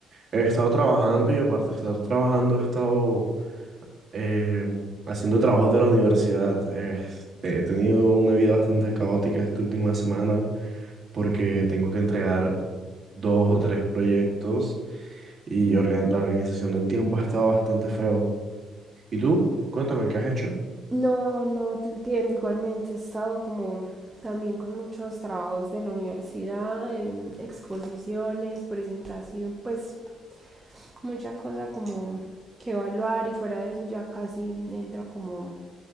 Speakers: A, on the right; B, on the right.
A: he estado trabajando y aparte de estar trabajando he estado eh, haciendo trabajos de la universidad. Este, he tenido una vida bastante caótica esta última semana porque tengo que entregar dos o tres proyectos y organ- la organización del tiempo ha estado bastante feo. ¿Y tú? Cuéntame, ¿qué has hecho?
B: No, no te entiendo. Igualmente he estado como también con muchos trabajos de la universidad, em, exposiciones, presentación, pues mucha cosa como que evaluar y fuera de eso ya casi entro como